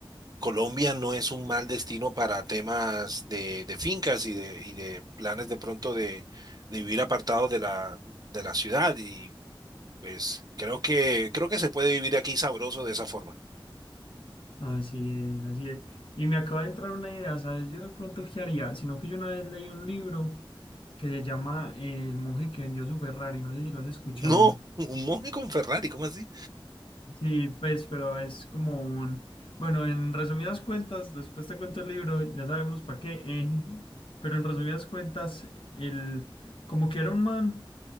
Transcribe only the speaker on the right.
Colombia no es un mal destino para temas de, de fincas y de, y de planes de pronto de, de vivir apartados de la, de la ciudad y pues creo que, creo que se puede vivir aquí sabroso de esa forma. <laughs>
No, un monje con Ferrari, ¿cómo así?